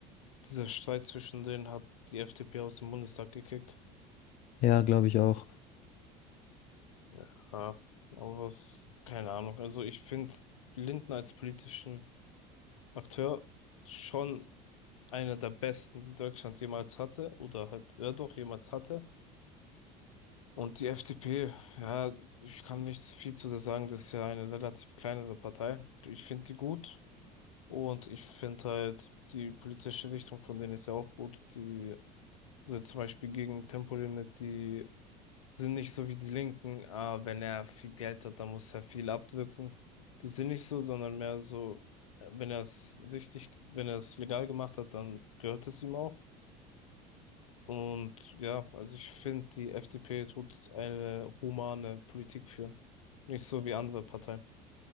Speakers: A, on the left (about 75°); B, on the left (about 50°).
A: dieser Streit zwischen denen hat die FDP aus dem Bundestag gekickt.
B: Ja, glaube ich auch.
A: Ja. Aber was, keine Ahnung. Also ich finde Lindner als politischen Akteur schon einer der besten, die Deutschland jemals hatte, oder halt, ja doch, jemals hatte. Und die FDP, ja, ich kann nicht viel zu der sagen, das ist ja eine relativ kleinere Partei. Ich finde die gut und ich finde halt die politische Richtung von denen ist ja auch gut. Die sind zum Beispiel gegen Tempolimit, die sind nicht so wie die Linken, ah, wenn er viel Geld hat, dann muss er viel abdrücken. Die sind nicht so, sondern mehr so, äh, wenn er es richtig, wenn er es legal gemacht hat, dann gehört es ihm auch. Und ja, also ich finde, die FDP tut eine humane Politik führen. Nicht so wie andere Parteien.